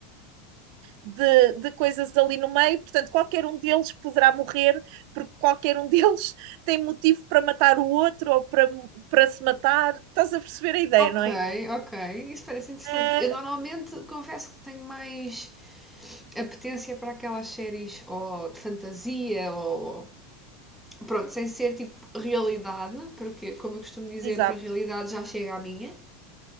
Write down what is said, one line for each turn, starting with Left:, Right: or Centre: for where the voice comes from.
Right: de, de coisas ali no meio, portanto, qualquer um deles poderá morrer, porque qualquer um <laughs> deles tem motivo para matar o outro ou para, para se matar. Estás a perceber a ideia,
Centre: Ok,
Right: não é?
Centre: ok. Isso parece interessante.
Right: Uh,
Centre: Eu normalmente confesso que tenho mais apetência para aquelas séries ou de fantasia ou. Pronto, sem ser tipo realidade, porque, como eu costumo dizer,
Right: exato.
Centre: para a realidade já chega à minha.